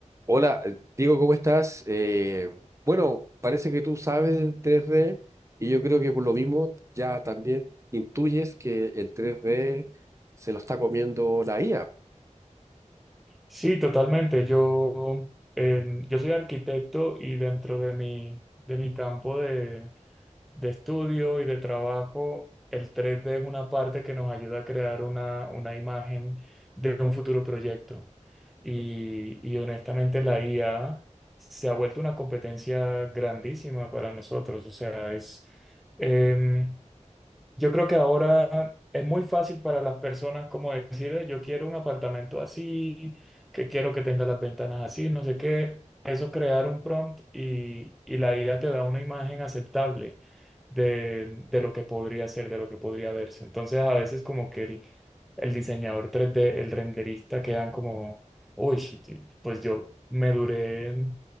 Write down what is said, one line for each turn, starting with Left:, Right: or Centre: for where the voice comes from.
Right: Hola, eh, Diego, ¿cómo estás? Eh, bueno, parece que tú sabes del 3D y yo creo que por lo mismo ya también intuyes que el tres d se lo está comiendo la IA.
Centre: Sí, totalmente. Yo, em, yo soy arquitecto y dentro de mi, de mi campo de, de estudio y de trabajo, el tres d es una parte que nos ayuda a crear una, una imagen de un futuro proyecto. Y, y honestamente la IA se ha vuelto una competencia grandísima para nosotros. O sea, es, em, yo creo que ahora es muy fácil para las personas como decir, "Eh, yo quiero un apartamento así, que quiero que tenga las ventanas así, no sé qué. Eso crear un prompt y, y la idea te da una imagen aceptable de, de lo que podría ser, de lo que podría verse. Entonces a veces como que el, el diseñador 3D, el renderista quedan como, uy, sí, pues yo me duré